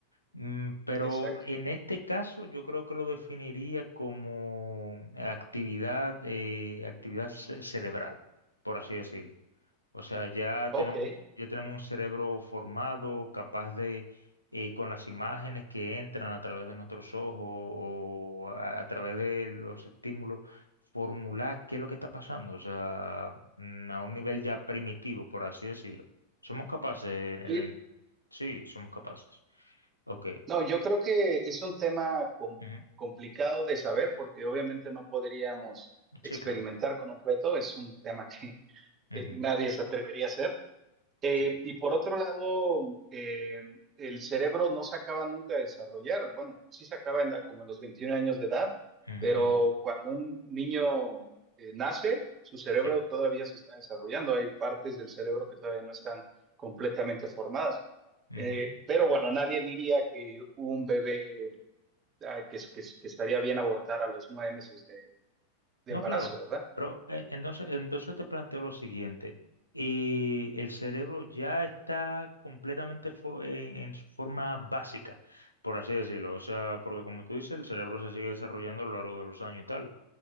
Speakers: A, on the left (about 90°); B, on the right (about 30°).
A: Mm, Pero
B: Exacto.
A: en este caso yo creo que lo definiría como actividad, eh, actividad ce- cerebral, por así decirlo. O sea, ya
B: Ok.
A: tenemos, ya tenemos un cerebro formado, capaz de, eh, con las imágenes que entran a través de nuestros ojos o a, a través de los estímulos, formular qué es lo que está pasando. O sea, mm, a un nivel ya primitivo, por así decirlo. Somos capaces, en-
B: Y,
A: en- sí, somos capaces. Ok.
B: No, yo creo que es un tema com-
A: Ujú.
B: complicado de saber porque obviamente no podríamos experimentar
A: Sí, claro.
B: con un objeto, es un tema que
A: Ujú.
B: eh, nadie se atrevería a hacer, eh,
A: Sí.
B: y por otro lado, eh, el cerebro no se acaba nunca de desarrollar. Bueno, sí se acaba en la- como a los 21 años de edad,
A: Ujú,
B: pero
A: ujú.
B: cuando un niño eh, nace, su cerebro
A: Sí.
B: todavía se está desarrollando. Hay partes del cerebro que todavía no están completamente formadas.
A: Ujú,
B: Eh, pero bueno, nadie diría que un bebé, ah, que, es- que- es- que estaría bien abortar a los nueve meses de de
A: No,
B: embarazo,
A: claro,
B: ¿verdad?
A: pero eh, entonces, entonces te planteo lo siguiente. Y el cerebro ya está completamente fo- en, en su forma básica, por así decirlo. O sea, porque como tú dices, el cerebro se sigue desarrollando a lo largo de los años y tal.